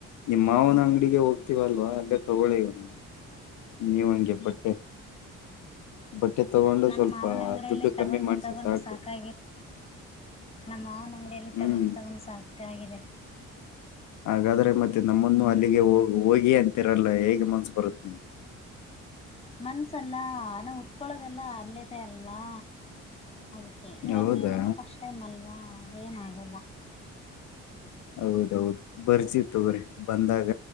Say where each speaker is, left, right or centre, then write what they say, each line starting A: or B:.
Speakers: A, on the left; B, on the left.
A: ನಿಮ್ಮ ಮಾವನ ಅಂಗಡಿಗೆ ಹೋಗ್ತಿೀವಲ್ವ ಅಲ್ಲೇ ತೊಗೊಳ್ಳಳ್ಳಿ. ನೀವು ಹಂಗೆ ಬಟ್ಟೆ. ಬಟ್ಟೆ ತಗೊಂಡು
B: ನಮ್ಮ
A: ಸ್ವಲ್ಪ
B: ಮಾವನ ಅಂಗಡಿಯಲ್ಲಿ
A: ದುಡ್ಡು ಕಮ್ಮಿ
B: ತಗೊಂಡು
A: ಮಾಡಸರಿ
B: ತಗೊಂಡು
A: ಸಾಕು.
B: <unintelligible> ಮಾವನ ಅಂಗಡಿ ಯಲ್ಲಿ
A: ಹ್ಮ್
B: ತಗೊಂಡು ತಗೊಂಡು ಸಾಕಾಗಿದೆ.
A: ಹಾಗಾದ್ರೆ ಮತ್ತೆ ನಮ್ಮನ್ನು ಅಲ್ಲಿಗೆ ಹೋಗ ಹೋಗಿ ಅಂತಿರಲ್ಲ ಹೇಗೆ ಮನ್ಸು ಬರುತ್ತತ್ ನಿಮ್ಗೆ.
B: ಮನ್ಸಲ್ಲ ನಾವ್ ಉಟ್ಕೊಳೋದೆಲ್ಲ ಅಲ್ಲಿದೆ ಅಲ್ವಾ. ಅದಕ್ಕೆ ಇವಾಗ
A: ಹೌದಾ
B: ನೀವು ಇನ್ನುೂ ಫಸ್ಟ್ ಟೈಮ್ಲ್ವಾ ಏನಾಗಲ್ಲ.
A: ಹೌದೌದು ಬರ್ತಿವಿ ತಗೋ ರಿ ಬಂದಾಗ